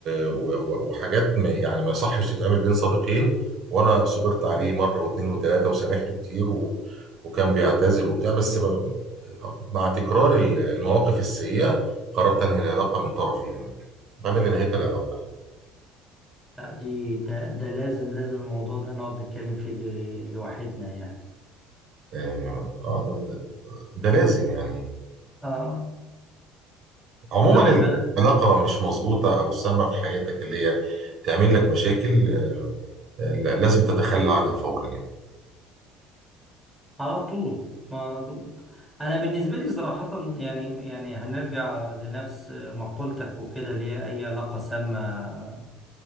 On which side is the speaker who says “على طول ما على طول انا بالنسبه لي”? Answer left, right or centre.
Centre